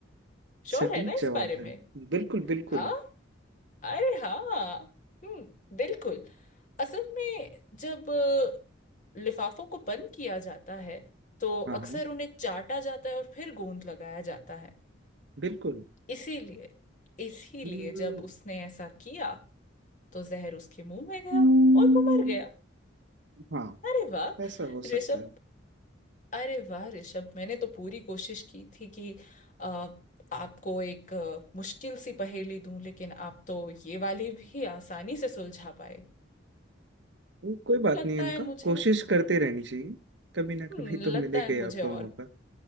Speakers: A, on the left (about 40°); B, on the right (about 60°).
A: श्योर
B: सटीक
A: है ना इस
B: जवाब
A: बारे में
B: है बिल्कुल बिल्कुल
A: हाँ अरे हाँ हम्म बिल्कुल असल में जब अ, लिफाफों को बंद किया जाता है तो
B: हाँ हाँ
A: अक्सर उन्हें चाटा जाता है और फिर गोंद लगाया जाता है
B: बिल्कुल
A: इसीलिए इसीलिए
B: हम्म,
A: जब उसने ऐसा किया तो जहर उसके मुंह में गया
B: हम्म,
A: और वो मर गया
B: हाँ
A: अरे वाह
B: ऐसा हो सकता
A: ऋषभ
B: है
A: अरे वाह ऋषभ मैंने तो पूरी कोशिश की थी कि आ, आपको एक अ, मुश्किल सी पहेली दूं लेकिन आप तो ये वाली भी आसानी से सुलझा पाए
B: हम्म, कोई बात
A: लगता
B: नहीं इनका
A: है मुझे
B: कोशिश करते रहनी चाहिए कभी ना
A: हम्म,
B: कभी
A: लगता
B: तो मिलेगा
A: है मुझे
B: ही आपको
A: और
B: मौका